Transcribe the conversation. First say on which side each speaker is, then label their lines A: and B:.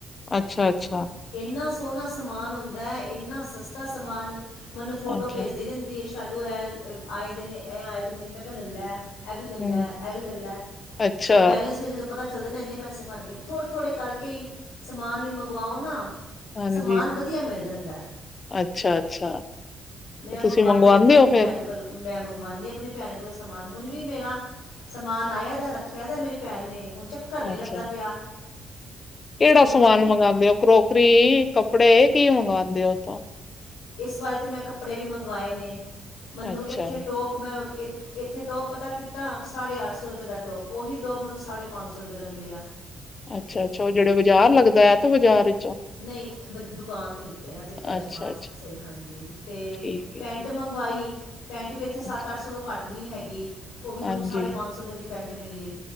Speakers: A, on the left (about 40°); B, on the left (about 85°).
A: ਅੱਛਾ-ਅੱਛਾ।
B: ਇੰਨਾ ਸੋਹਣਾ ਸਮਾਨ ਹੁੰਦਾ ਐ, ਇੰਨਾ ਸਸਤਾ ਸਮਾਨ, ਮਨੂੰ ਫੋਟੋ
A: ਅੱਛਾ
B: ਭੇਜਦੀ ਰਹਿੰਦੀ ਏ। ਤੱਲੂ ਐ, ਆਏਦੇ ਨੇ, ਐ ਆਏਦੇ ਨੇ, ਮੈਂ ਕਿਹਾ ਲੱਲੈ। ਐ ਵੀ ਲੱਲੈ,
A: ਹੂੰ,
B: ਐਵੀ ਲੱਲੈ,
A: ਅੱਛਾ,
B: ਓ ਬੈਲੇੈਂਸ ਵਿੱਚ ਜਦੋ ਪਤਾ ਚੱਲਦੇ ਨੇ ਇੰਨੇ ਪੈਸੇ ਬਣ ਗਏ ਨੇ, ਥੋੜੇ-ਥੋੜੇ ਕਰਕੇ ਈ ਸਮਾਨ ਵੀ ਮੰਗਵਾਓ ਨਾ
A: ਹਾਂਜੀ,
B: ਸਮਾਨ ਵਧੀਆ ਮਿਲ ਜਾਂਦਾ।
A: ਅੱਛਾ-ਅੱਛਾ,
B: ਮੈਂ ਮੰਗਵਾਂਦੀ
A: ਤੁਸੀਂ ਮੰਗਵਾਉਂਦੇ
B: ਰਹਿੰਦੀ ਆ ਆਪਣੀ
A: ਹੋ ਫੇਰ?
B: ਭੈਣ ਕੋਲ, ਮੈਂ ਮੰਗਵਾਂਨੀ ਆ ਆਪਣੀ ਭੈਣ ਲੋ ਸਮਾਨ, ਹੁਣ ਵੀ ਮੇਰਾ ਸਮਾਨ ਆਇਆ ਦਾ ਰੱਖਿਆ ਦਾ ਮੇਰੀ ਭੈਣ ਨੇ, ਹੁਣ ਚ ਕਰ ਨਹੀਂ
A: ਅੱਛਾ,
B: ਲੱਗਦਾ ਪਿਆ।
A: ਕਿਹੜਾ
B: ਹੁਣ
A: ਸਮਾਨ
B: ਕਿ
A: ਮੰਗਾਂਦੇ ਓ, ਕਰੋਕਰੀ ਕੱਪੜੇ ਕੀ ਮੰਗਵਾਂਦੇ ਓ ਓਥੋਂ?
B: ਇਸ ਵਾਰੀ ਤੇ ਮੈਂ ਕੱਪੜੇ ਵੀ ਮੰਗਵਾਏ ਨੇ, ਮਨੂੰ
A: ਅੱਛਾ,
B: ਇੱਥੇ ਟੋਪ ਮੈਂ ਇੱਥੇ ਟੋਪ ਪਤਾ ਕੀਦਾ, ਸਾਢੇ ਅੱਠ ਸੌ ਰੁਪਏ ਦਾ ਟੋਪ, ਓਹੀ ਟੋਪ ਮਨੂੰ ਸਾਢੇ ਪੰਜ- ਸੌ ਰੁਪਏ ਦਾ ਮਿਲਿਆ।
A: ਅੱਛਾ-ਅੱਛਾ, ਉਹ ਜਿਹੜਾ ਬਾਜ਼ਾਰ ਲੱਗਦਾ, ਐਤ ਬਾਜ਼ਾਰ ਵਿਚ?
B: ਨਹੀਂ ਬ ਦੁਕਾਨ ਤੋਂ ਲਿੱਤੇ ਆ, ਐਥੇ ਫਰੈਸ਼
A: ਅੱਛਾ-ਅੱਛਾ।
B: ਮਾਲ ਸੀ, ਸਹੀ ਹਾਂਜੀ ਤੇ
A: ਠੀਕ
B: ਪੈਂਟ
A: ਹੈ, ਠੀਕ
B: ਮੰਗਵਾਈ, ਪੈਂਟ ਵੀ ਇੱਥੇ ਸੱਤ-ਅੱਠ
A: ਅੱਛਾ,
B: ਸੌ ਤੋਂ ਘੱਟ ਟ ਨਹੀਂ ਹੈਗੀ, ਉਹ ਵੀ
A: ਹਾਂਜੀ।
B: ਮਨੂੰ ਸਾਢੇ ਪੰਜਸੌ ਰੁਪਏ ਦੀ ਪੈਂਟ ਮਿਲੀ।